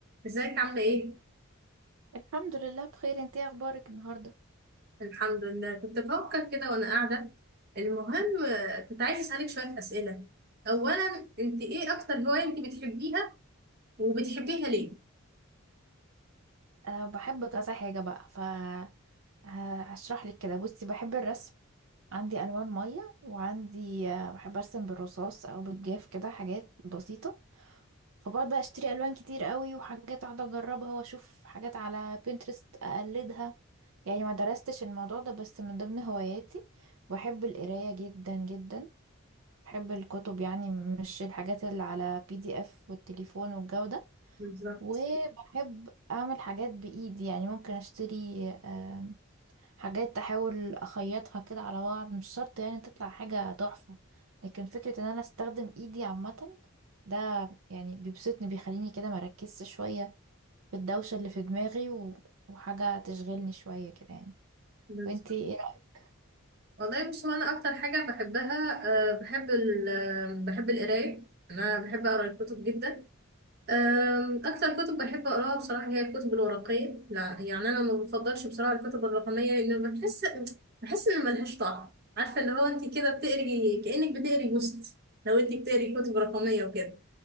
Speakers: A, on the right; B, on the right.
A: ازيك عاملة ايه؟
B: الحمد لله بخير انت ايه اخبارك النهارده
A: الحمد لله كنت بفكر كده وانا قاعدة المهم آه، كنت عايزة اسألك شوية اسئلة اولا انت ايه اكتر هواية انت بتحبيها وبتحبيها ليه؟
B: أه بحب كذا حاجه بقى ف هشرح لك كده بصي بحب الرسم عندي الوان ميه وعندي آه، بحب ارسم بالرصاص او بالجاف كده حاجات بسيطه فبقعد بقى اشتري الوان كتير قوي وحاجات اقعد اجربها واشوف حاجات على بنترست اقلدها يعني ما درستش الموضوع ده بس من ضمن هواياتي بحب القرايه جدا جدا بحب الكتب يعني مش الحاجات اللي على بي دي اف والتليفون والجو ده
A: بالظبط
B: وبحب اعمل حاجات بايدي يعني ممكن اشتري آم، حاجات احاول اخيطها كده على بعض مش شرط يعني تطلع حاجة تحفة لكن فكرة ان انا استخدم ايدي عامة ده يعني بيبسطني بيخليني كده مركزش شوية في الدوشة اللي في دماغي و... وحاجة تشغلني شوية كده يعني
A: بالظبط
B: وانتي ايه رأيك؟
A: والله بص هو انا اكتر حاجة بحبها أه بحب ال آه، بحب القراية انا بحب اقرا الكتب جدا أم، أكتر كتب بحب أقراها بصراحة هي الكتب الورقية لا يعني أنا ما بفضلش بصراحة الكتب الرقمية لأن بحس بحس إن ملهاش طعم عارفة اللي هو أنت كده بتقري كأنك بتقري بوست لو أنت بتقري كتب رقمية وكده